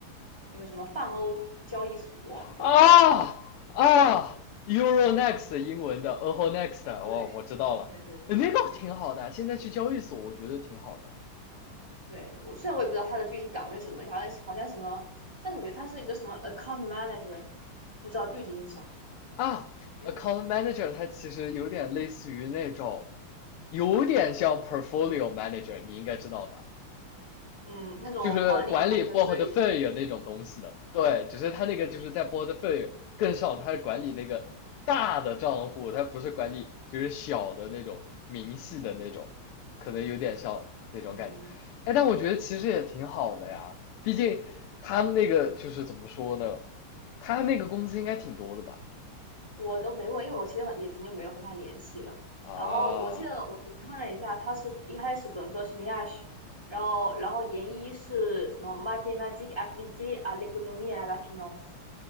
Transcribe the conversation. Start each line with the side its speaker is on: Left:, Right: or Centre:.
Right: 那个什么泛欧交易所，一个什么东西。
Left: 啊啊，Euro next 英文的，然后 next 哦，
Right: 对对对对，
Left: 我知道了，呃那个挺好的，现在去交易所我觉得挺好的
Right: 对，我虽然我也不知道他的具体岗位是什么，好像好像什么，但是我觉得他是一个什么 account manager，不知道具体是啥。
Left: 啊。
Right: 哎呦，
Left: Account manager 它其实有点类似于那种，有点像 portfolio manager，你应该知道吧？
Right: 嗯，那种管理
Left: 就是管理
Right: p o r
Left: p
Right: t
Left: o r t 的 o
Right: 的，
Left: l 那种东西的，对，只是他那个就是在 p o r t f o l 更上，他是管理那个大的账户，他不是管理就是小的那种明细的那种，可能有点像那种感觉。
Right: 嗯，
Left: 哎，但我觉得其实也挺好的呀，毕竟他们那个就是怎么说呢，他那个工资应该挺多的吧？
Right: 我都没问，因为我其实也挺久没有和他联系了。
Left: 啊，
Right: 然后我记得我我看了一下，他是一开始本科是 Miash，然后然后研一是什么 m a t h é m a t i c u e s appliquées à l c o n o m i e et à la finance，